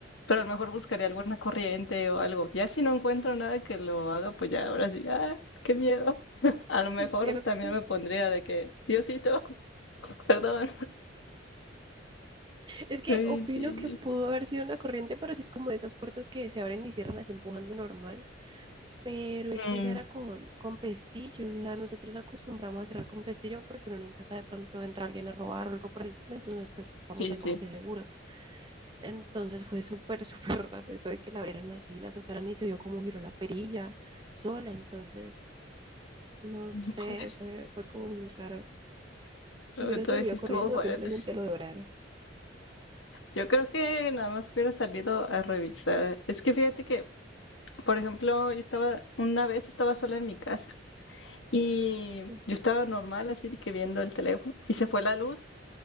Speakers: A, on the left (about 85°); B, on the right (about 25°).
A: pero a lo mejor buscaría alguna corriente o algo. Ya si no encuentro nada que lo haga, pues ya ahora sí, ah, qué miedo. <laughs> A lo mejor
B: Es cierto.
A: también me pondría de que, Diosito, <laughs> perdón.
B: Es que
A: Sí,
B: opino
A: sí,
B: que pudo
A: sí.
B: haber sido una corriente, pero sí es como de esas puertas que se abren y cierran así empujando normal. Pero es
A: Mm,
B: que esa era con, con pestillo. O sea, nosotros acostumbramos a cerrar con pestillo porque uno nunca sabe de pronto entra alguien a robar o algo por el estilo. Entonces, pues estamos
A: sí,
B: ahí
A: sí.
B: como que seguros. Entonces fue súper, <laughs> súper raro eso de que la abrieran así, la soltaran y se vio cómo giró la perilla sola. Entonces, no
A: <laughs>
B: sé, fue, fue como muy raro.
A: Entonces
B: ¿Te hubieras salido
A: sí estuvo
B: corriendo
A: fuerte.
B: o simplemente lo devorara?
A: Yo creo que nada más hubiera salido a revisar. Es que fíjate que, por ejemplo, yo estaba, una vez estaba sola en mi casa y
B: Ujú,
A: yo estaba normal así de que viendo el teléfono y se fue la luz.